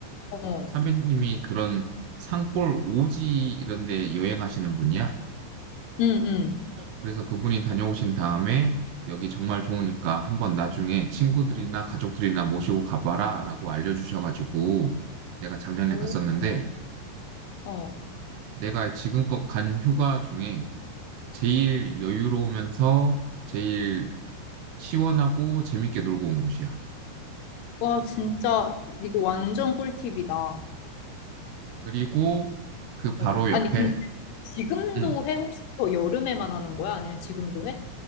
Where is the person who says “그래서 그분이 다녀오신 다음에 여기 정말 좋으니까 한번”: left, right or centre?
Right